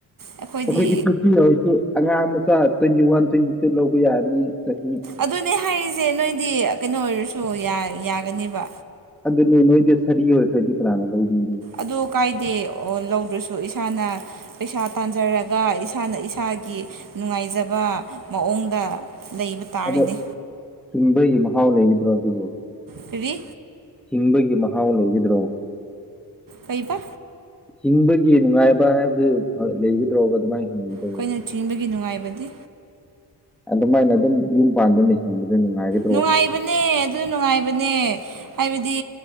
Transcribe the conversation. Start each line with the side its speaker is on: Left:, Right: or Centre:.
Right: ꯑꯩꯈꯣꯏꯗꯤ
Centre: ꯑꯩꯈꯣꯏꯒꯤ ꯐꯤꯇꯤ ꯑꯣꯏꯔꯁꯨ ꯑꯉꯥꯡ ꯃꯆꯥ ꯇ꯭ꯋꯦꯟꯇꯤ ꯋꯥꯟ ꯇ꯭ꯋꯦꯟꯇꯤ ꯂꯧꯕ ꯌꯥꯅꯤ ꯆꯍꯤ
Right: ꯑꯗꯨꯅꯦ ꯍꯥꯏꯔꯤꯁꯦ ꯅꯣꯏꯗꯤ ꯀꯩꯅꯣ ꯑꯣꯏꯔꯁꯨ ꯌꯥꯒꯅꯦꯕ
Centre: ꯑꯗꯨꯅꯦ ꯅꯣꯏꯗꯤ ꯁꯔꯤ ꯑꯣꯏꯈꯗꯤ ꯀꯅꯥꯅ ꯂꯧꯕꯤꯅꯤ
Right: ꯑꯗꯨ ꯀꯥꯏꯗꯦ ꯂꯧꯗ꯭ꯔꯁꯨ ꯏꯁꯥꯅ ꯄꯩꯁꯥ ꯇꯥꯟꯖꯔꯒ ꯏꯁꯥꯅ ꯏꯁꯥꯒꯤ ꯅꯨꯡꯉꯥꯏꯖꯕ ꯃꯑꯣꯡꯗ ꯂꯩꯕ ꯇꯥꯔꯦꯅꯦ
Centre: ꯑꯗꯣ ꯆꯤꯡꯕꯒꯤ ꯃꯍꯥꯎ ꯂꯩꯒꯗ꯭ꯔꯣ ꯑꯗꯨꯕꯨ
Right: ꯐꯤꯕꯤ
Centre: ꯍꯤꯡꯕꯒꯤ ꯃꯍꯥꯎ ꯂꯩꯒꯗ꯭ꯔꯣ
Right: ꯀꯩꯕ
Centre: ꯍꯤꯡꯕꯒꯤ ꯅꯨꯡꯉꯥꯏꯕ ꯍꯥꯏꯕꯗꯨ ꯂꯩꯒꯗ꯭ꯔꯣꯒ ꯑꯗꯨꯃꯥꯏꯅ ꯍꯤꯡꯕ
Right: ꯑꯩꯈꯣꯏꯅ ꯆꯤꯡꯕꯒꯤ ꯅꯨꯡꯉꯥꯏꯕꯗꯤ
Centre: ꯑꯗꯨꯃꯥꯏꯅ ꯑꯗꯨꯝ ꯌꯨꯝ ꯄꯥꯟꯗꯨꯅ ꯍꯤꯡꯕꯗ ꯅꯨꯡꯉꯥꯏꯒꯗꯤ
Right: ꯅꯨꯡꯉꯥꯏꯕꯅꯦ ꯑꯗꯨ ꯅꯨꯡꯉꯥꯏꯕꯅꯦ ꯍꯥꯏꯕꯗꯤ